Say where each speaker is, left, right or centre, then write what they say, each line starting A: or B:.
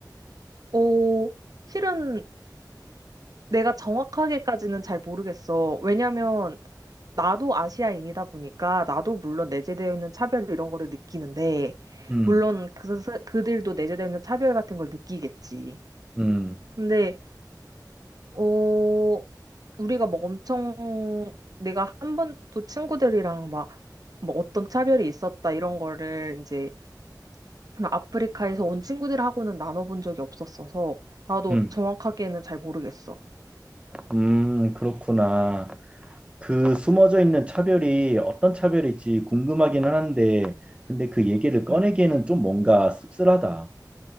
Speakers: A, on the right; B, on the right.
A: 어, 실은 내가 정확하게까지는 잘 모르겠어. 왜냐면 나도 아시아인이다 보니까 나도 물론 내재되어 있는 차별 이런 거를 느끼는데
B: 음,
A: 물론 그, 사- 그들도 내재되어 있는 차별 같은 걸 느끼겠지.
B: 음,
A: 근데 어 우리가 막 엄청 내가 한 번도 친구들이랑 막 뭐 어떤 차별이 있었다 이런 거를 이제 그냥 아프리카에서 온 친구들하고는 나눠본 적이 없었어서 나도
B: 음.
A: 정확하게는 잘 모르겠어.
B: 음, 그렇구나. 그 숨어져 있는 차별이 어떤 차별일지 궁금하기는 한데, 근데 그 얘기를 꺼내기에는
A: 음.
B: 좀 뭔가 씁쓸하다.